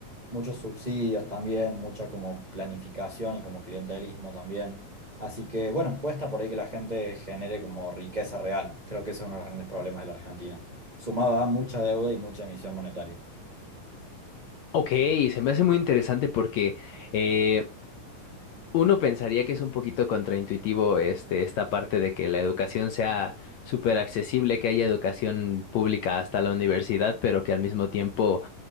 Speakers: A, on the right; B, on the left.
A: muchos subsidios también, mucha como planificación y como clientelismo también. Así que bueno, cuesta por ahí que la gente genere como riqueza real. Creo que ese es uno de los grandes problemas de la Argentina. Sumado a mucha deuda y mucha emisión monetaria.
B: Ok, se me hace muy interesante porque... eh, Uno pensaría que es un poquito contraintuitivo este, esta parte de que la educación sea súper accesible, que haya educación pública hasta la universidad, pero que al mismo tiempo